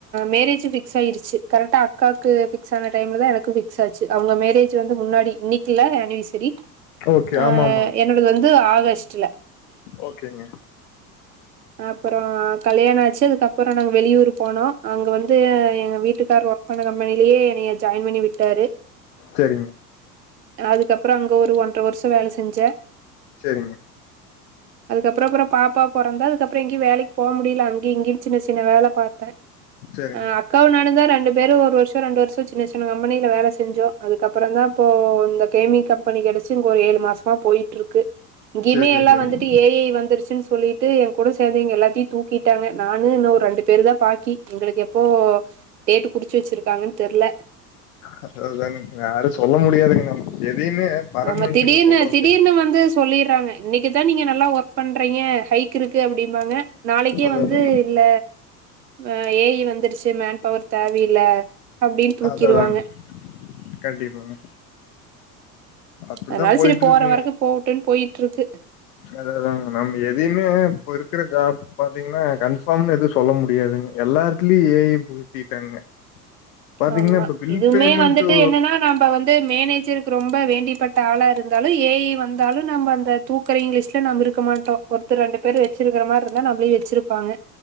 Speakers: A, on the right; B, on the left.
A: மேரேஜு பிக்ஸ் ஆய்ருச்சு கரக்டா அக்காக்கு ஃபிக்ஸ் ஆன டைம்ல தா எனக்கு ஃபிக் ஸ் ஆச்சு அவுங்க மேரேஜ் வந்து முன்னாடி இன்னைக்குல ஆன்னிவர்சரி
B: ஓகே
A: அ
B: ஆமா ஆமாங்க
A: என்னோடது வந் து ஆகஸ்ட்ல
B: ஓகேங்க
A: அப்பறோ கல்யாணொ ஆச்சு அதுக்கப்பறோ நாங்க வெளியூர் போனோ அங்க வந்து எங்க வீட்டுக்காரு ஒர்க் பண்ண கம்பெனிலயே என்னைய ஜாய்ன் பண்ணி விட்டாரு
B: சேரிங்க
A: அதுக்கப்பறோ அங்க ஒரு ஒன்ற வருஷோ வேல செஞ்சே
B: சேரிங்க
A: அதுக்கப்பறோ அப்பறோ பாப்பா பொறந்தா அதுகப்பறோ எங்கியு வேலைக்கு போ முடில அங்கெ இங்கென் சின்ன சின்ன வேல பாத்தே
B: சேரிங்க
A: அ அக்காவு நானு தா ரெண் டு பேரு ஒரு வர்ஷோ ரெண்டு வர்ஷோ சின்ன சின்ன கம்பெனில வேல செஞ்சோ அதுக்கப்பறோ தா இப்போ இந்த கேமி கம்பெனி கெடைச்சு இங்க ஒரு ஏழு மாசமா போயிட்டு இருக்கு இங்கயுமே
B: சேரி சேரி
A: எல்லா
B: சேரிங்க
A: வந்துட்டு ஏ ஐ வந்துருச்சுன் சொல்லிட்டு எங் கூட சேந்து எங்க எல்லாத்தையு தூக்கிட்டாங்க நானு இன்னொ ஒரு ரெண்டு பேரு தா பாக்கி எங்களுக்கு எப்போ டேட்டு குறுச்சு வச்சுருக்காங்கன் தெர்ல
B: அதா அதானுங்க யாரு சொல்ல முடியாதுங்க நம்ம எதையுமே பர்மனன்ட்ன்னு
A: ஆமா திடீர்னு
B: சொல்றதுக்கு
A: திடீர்னு வந்து சொல்லிற்றாங்க இன்னக்கிதா நீங்க நல்லா ஒர் பண்றீங்க ஹைக் இருக்கு அப்டிம்பாங்க நாளைக்கே
B: அத
A: வந்து
B: அத
A: இல்ல ஆ ஏ ஐ வந்துருச்சு மேன் பவர் தேவ இல்ல அப்டின் தூக்கிற்வாங்க
B: அத அதாங்க கண்டிப்பாங்க அப்டித்தா
A: அதுனால
B: போயிட்டு
A: சேரி போற
B: இருக்குங்க
A: வரக்கு போகட்டுன் போயிட்ருக்கு
B: அதா அதானுங்க நம்ம எதையுமே இப்ப இருக்கிற ஜாப் பாத்தீங்கன்னா கன்ஃபார்ம் எது சொல்ல முடியாதுங்க எல் எல்லா எடத்துலயு ஏ ஐ புகுத்திட்டாங்க பாத்தீங்கன்னா
A: ஆமா
B: இப்ப பில்
A: இதுவுமே
B: பேமெண்ட்டு
A: வந்துட்டு என்னன்னா நாப வந்து மேனே ஜருக்கு ரொம்ப வேண்டியப்பட்ட ஆளா இருந்தாலு ஏ ஐ வந்தாலு நம்ம அந்த தூக்கறயங் லிஸ்ட்ல நம்ம இருக்க மாட்டோ ஒருத்தர் ரெண்டு பேர வச்சிருக்கற மார் இருந்தா நம்பளயு வச்சிருப்பாங்க